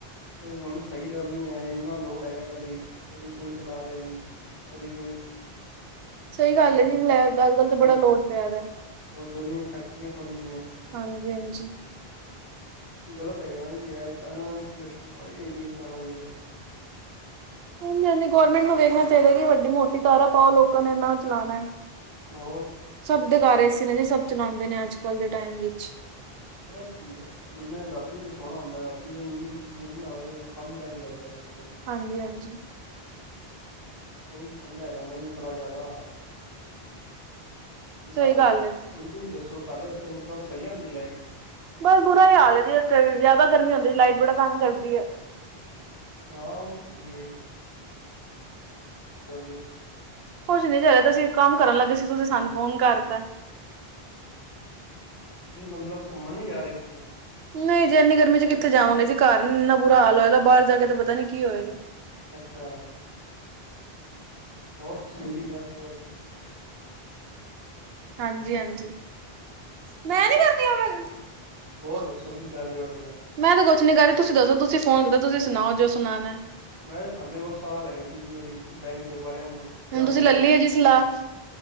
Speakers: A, on the left; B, on the right.
A: ਤੇ ਹੁਣ ਸਈ ਕਰਨੀ ਆਏ ਇੰਨਾ ਲੋੜ ਹੈਗਾ ਗਲੀ 'ਚ ਕਦੀ ਕੋਈ ਚਲਾ ਰੇਆ ਜੀ ਕਦੀ ਕੋਈ।
B: ਸਈ
A: ਏਸੀ
B: ਗੱਲ ਐ ਜੀ ਲੈਟ ਦਾ ਅੱਜ-ਕੱਲ ਤੇ
A: ਔਰ
B: ਬੜਾ ਲੋੜ ਪਿਆ ਦੈ।
A: ਗਲੀਆਂ ਫੈਕਟਰੀਆਂ ਖੋਲੀ
B: ਹਾਂਜੀ-ਹਾਂਜੀ।
A: ਗਲਤ ਹੈਗਾ ਨਾ ਜੀ ਐਸ ਐਨਾਂ ਇਨਡਸ ਏਰੀਏ 'ਚ ਆਣਾ ਚਾਈਦਾ।
B: ਹਾਂਜੀ-ਹਾਂਜੀ ਗੌਰਮੈਂਟ ਨੂੰ ਵੇਖਣਾ ਚਾਈਦਾ ਕਿ ਵੱਡੀ ਮੋਟੀ ਤਾਰਾ ਪਾਓ ਲੋਕਾਂ ਨੇ ਏਨਾ ਚਲਾਣੈ।
A: ਹੋਰ।
B: ਸਭ ਦੇ ਘਰ ਏ ਸੀ ਨੇ ਜੀ ਸਭ ਚਲਾਂਦੇ ਨੇ ਅੱਜ-ਕੱਲ ਦੇ ਟਾਈਮ ਵਿੱਚ।
A: ਪਤਾ ਕੀ ਐ ਬੰਦੇ ਨੂੰ ਰਾਤੀ ਦਾ ਸੋਣਾ ਹੁੰਦਾ, ਰਾਤੀ ਜੇ ਨੀਂਦ ਉਦੀ ਪੂਰੀ ਨਾ ਹੋਏ ਓ ਕੰਮ ਕਿਵੇਂ ਕਰੇਗਾ ਸਵੇਰੇ।
B: ਹਾਂਜੀ-ਹਾਂਜੀ।
A: ਉਹੀ ਪੰੰਗਾ ਹੈਗਾ ਨਾ ਜੀ ਬੜਾ ਜਿਆਦਾ ਹੁਣ
B: ਸਹੀ
A: ਤੁਹਾਡੇ,
B: ਗੱਲ ਹੈ ਜੀ
A: ਹੁਣ ਤੁਸੀਂ ਦੱਸੋ ਤੁਹਾਡੇ ਉੱਥੇ ਮਤਲਬ ਸਈ ਆਂਦੀ ਲਾਈਟ ਜੀ?
B: ਬਸ ਬੁਰਾ ਈ ਹਾਲ ਐ ਜੀ ਇੱਥੇ ਵੀ ਜਿਆਦਾ ਗਰਮੀ ਹੁੰਦੀ ਲਾਈਟ ਬੜਾ ਤੰਗ ਕਰਦੀ ਐ।
A: ਹਾਂ ਓ ਤੇ ਹੈਈ ਐ ਜੀ। ਕੱਲ
B: ਕੁਛ ਨੀ ਜਦੇ ਤੁਸੀਂ ਕੰਮ ਕਰਨ ਲੱਗੇ ਸੀ ਤੁਸੀਂ ਸਾਨੂੰ ਫ਼ੋਨ ਕਰਤੈ।
A: ਤੁਸੀਂ ਮਤਲਬ ਘੁੰਮਨ ਨੀ ਜਾ ਰੇ ਕਿਤੇ?
B: ਨਈ ਜੀ ਐਨੀ ਗਰਮੀ ਚ ਕਿਥੇ ਜਾਂਵਾਂਗੇ ਜੀ ਘਰ ਨ ਇੰਨਾ ਬੁਰਾ ਹਾਲ ਹੋਏਦਾ ਬਾਰ ਜਾ ਕੇ ਤੇ ਪਤਾ ਨੀ ਕੀ ਹੋਏਗਾ।
A: ਅੱਛਾ। ਹੋਰ ਸੁਨੀ ਜਾ ਕੇ ਵੱਧ ਗਰਮੀ।
B: ਹਾਂਜੀ-ਹਾਂਜੀ। ਮੈਂ ਨੀ ਕਰਦੀ ਐਵੇਂ, ਹੋਰ
A: ਦੱਸੋ ਕੀ ਕਰ ਰਹੇ ਹੋ ਅੱਜ ਕੱਲ
B: ਮੈਂ ਤੇ ਕੁਛ ਨੀ ਕਰ ਰੀ ਤੁਸੀਂ ਦੱਸੋ ਤੁਸੀਂ ਫ਼ੋਨ ਕੀਤਾ ਤੁਸੀਂ ਸੁਣਾਓ ਜੋ ਸੁਣਾਣੈ।
A: ਮੈਂ ਤੁਹਾਡੇ ਕੋਲ ਸਲਾਅ ਲੈਣੀ ਸੀਗੀ ਉਈ ਬੈਂਕ ਦੇ ਬਾਰੇ ਮਤਲਬ ਕੇੜਾ
B: ਹੁਣ
A: ਵਧੀਆ
B: ਤੁਸੀਂ ਲੱਲੀ ਹੈ ਜੀ ਸਲਾਹ